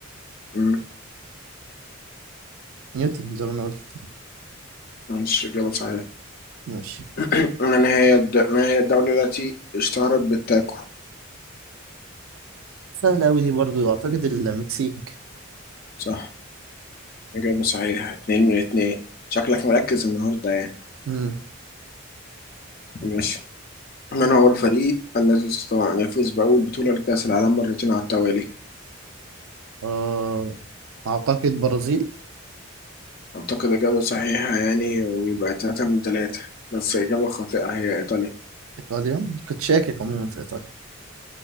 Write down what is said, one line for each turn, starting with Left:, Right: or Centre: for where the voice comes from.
Left: امم
Right: نيوتن زي ما انا قلت
Left: ماشي اجابة صحيحة
Right: ماشي
Left: <clears throat> من هي الد... ما هي الدولة التي اشتهرت بالتاكو
Right: سهله قوي دي برضو اعتقد المكسيك
Left: صح اجابة صحيحة اتنين من اتنين شكلك مركز النهاردة يعني.
Right: امم
Left: ماشي من هو الفريق الذي استطاع أن يفوز بأول بطولة لكأس العالم مرتين على التوالي؟
Right: آه، أعتقد برازيل
Left: أعتقد إجابة صحيحة يعني ويبقى تلاتة من تلاتة بس إجابة خاطئة هي إيطاليا
Right: إيطاليا كنت شاكك عموما في إيطاليا